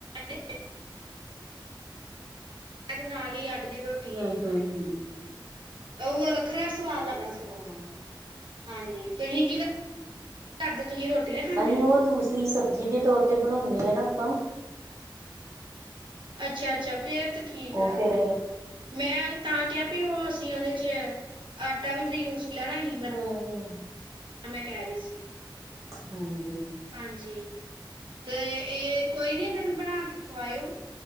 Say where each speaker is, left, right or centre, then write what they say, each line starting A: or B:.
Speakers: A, on the right; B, on the right.
A: <inaudible> ਨਾਲ ਹੀ ਆ ਦੀ ਰੋਟੀ
B: ਹੂੰ-ਹੂੰ-ਹੂੰ
A: ਅਸੀਂ ਖਾਣੀ ਉਹ ਵੱਖਰਾ ਸਵਾਲ ਲੱਗਦਾ ਸਗੋਂ
B: ਹਾਂ
A: ਹਾਂਜੀ ਤੁਸੀਂ ਕੀ ਕਰਦੇ ਤੁਸੀਂ ਰੋਟੀ ਨਾ ਖਾਂਦੇ
B: ਅਸੀਂ
A: ਜੇ
B: ਉਹ ਦੂਸਰੀ ਸਬਜ਼ੀ ਦੇ ਤੌਰ ਤੇ ਬਨਾਉਣੇ ਆ ਨਾ ਆਪਾਂ
A: ਅੱਛਾ, ਅੱਛਾ ਫੇਰ ਤਾਂ ਠੀਕ ਆ
B: ਉਹ ਫੇਰ
A: ਕੋਈ ਨੀ ਮੈਂ ਤਾਂ ਕਿਹਾ ਵੀ ਉਹ ਅਸੀਂ ਉਹਦੇ ਚ ਆਟਾ ਵੀ ਫਰੀ ਯੂਜ ਕੀਤਾ ਨਾ ਅਸੀਂ
B: ਹੂੰ ਹੂੰ,
A: ਮੈਂ ਕਹਿ ਰਹੀ ਸੀ।
B: ਹਾਂਜੀ।
A: ਹਾਂਜੀ ਤੇ ਇਹ ਕੋਈ ਨੀ ਇਹਨਾਂ ਨੂੰ ਬਣਾ ਕੇ ਖਵਾਇਓ